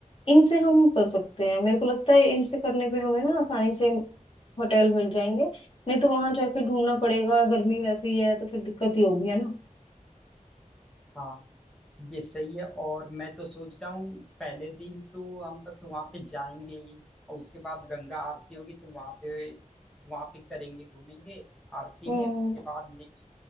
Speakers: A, on the left; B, in the centre.
A: इनसे हम कर सकते हैं मेरे को लगता है इनसे करने पे हमें ना आसानी से होटल मिल जाएंगे नहीं तो वहां जाके ढूंढना पड़ेगा गर्मी वैसे ही है तो फिर दिक्कत ही होगी है ना
B: हाँ ये सही है और मैं तो सोच रहा हूँ पहले दिन तो हम बस वहाँ पे जाएंगे ही और उसके बाद गंगा आरती होगी तो वहाँ पे वहाँ पे करेंगे घूमेंगे आरती
A: हम्म
B: में उसके बाद नेक्स्ट